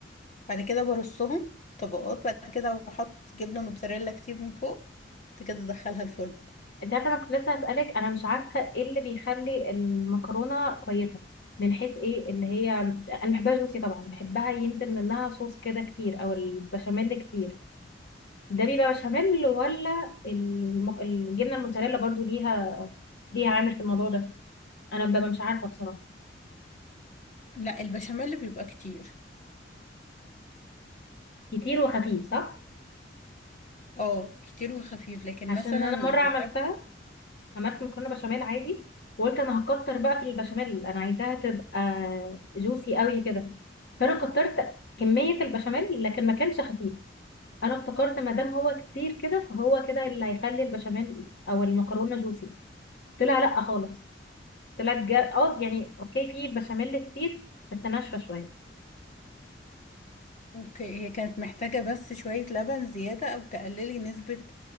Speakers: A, on the left; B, on the left.
A: بعد كده برصهم طبقات بعد كده بحط جبنة موتزاريلا كتير من فوق بعد كده ادخلها الفرن
B: انت عارفه انا كنت لسه هسالك انا مش عارفه ايه اللي بيخلي المكرونه كويسه من حيث ايه اللي هي انا بحبها جوسي طبعا بحبها ينزل منها صوص كده كتير او البشاميل كتير ده بيبقى بشاميل ولا الم... الجبنه الموتزاريلا برضو ليها ليها عامل في الموضوع ده انا ببقى مش عارفه بصراحه
A: لا البشاميل بيبقى كتير
B: كتير وخفيف صح
A: اه كتير وخفيف لكن
B: عشان
A: مثلا
B: انا مره عملتها
A: بحب
B: عملت مكرونه بشاميل عادي وقلت انا هكتر بقى في البشاميل انا عايزاها تبقى جوسي قوي كده فانا كترت كميه البشاميل لكن ما كانش خفيف انا افتكرت ما دام هو كتير كده فهو كده اللي هيخلي البشاميل او المكرونه جوسي طلع لا خالص طلعت جا... اه يعني اوكي في بشاميل كتير بس ناشفه شويه
A: ك- هي كانت محتاجة بس شوية لبن زيادة او تقللي نسبة